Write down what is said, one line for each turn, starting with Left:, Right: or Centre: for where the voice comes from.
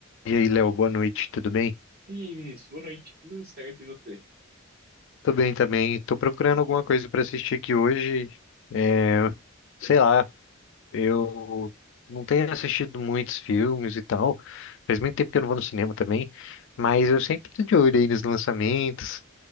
Left: E aí, Léo, boa noite, tudo bem?
Right: E aí, Vinícius, boa noite, tudo certo e você?
Left: Tô bem também. Tô procurando alguma coisa pra assistir aqui hoje. É, sei lá, eu não tenho assistido muitos filmes e tal. Faz muito tempo que eu não vou no cinema também, mas eu sempre tô de olho aí nos lançamentos.